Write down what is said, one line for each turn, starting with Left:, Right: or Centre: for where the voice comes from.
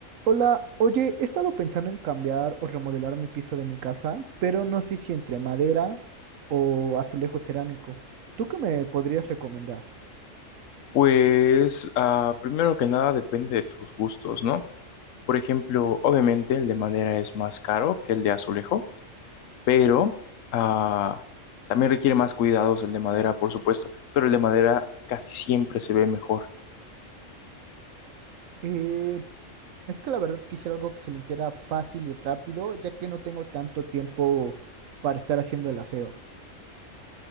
Right: Hola, oye, he estado pensando en cambiar o remodelar mi piso de mi casa, pero no sé si entre madera o azulejo cerámico. ¿Tú qué me podrías recomendar?
Left: Pues, ah, primero que nada depende de tus gustos, ¿no? Por ejemplo, obviamente el de madera es más caro que el de azulejo, pero ah, también requiere más cuidados el de madera, por supuesto, pero el de madera casi siempre se ve mejor.
Right: Eh, es que la verdad quisiera algo que se limpiara fácil y rápido, ya que no tengo tanto tiempo para estar haciendo el aseo.